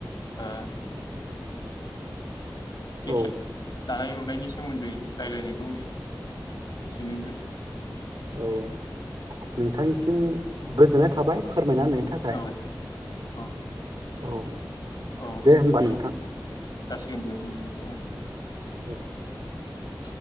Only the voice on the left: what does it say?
ओ
बेखि दानाय लुनायनि सोमोन्दै रायजलायनायखौ एसेनो
औ औ
औ
जासिगोन होनबा नोंथाङा।
<inaudible>